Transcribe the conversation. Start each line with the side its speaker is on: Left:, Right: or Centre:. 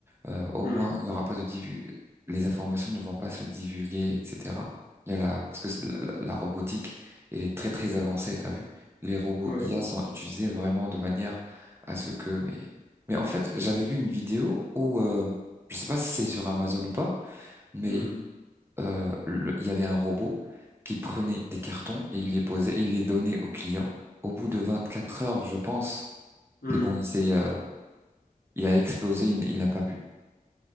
Right: Euh, au
Left: Hmm.
Right: moins, il n'y aura pas de divulg... Les informations ne vont pas se divulguer, etc. Il y a la... Parce que c'est- la, la- la robotique, elle est très très avancée, t'as vu? Les robots
Left: Oui.
Right: IA sont utilisés vraiment de manière à ce que... Mais, mais en fait, j'avais vu une vidéo où, euh, je sais pas si c'est sur Amazon ou pas, mais
Left: Hmm.
Right: euh, le- il y avait un robot qui prenait des cartons et il les posait, il les donnait aux clients. Au bout de 24 heures, je pense,
Left: Hmm.
Right: c'est bon, il s'est, euh, il a explosé, il, il n'a pas pu.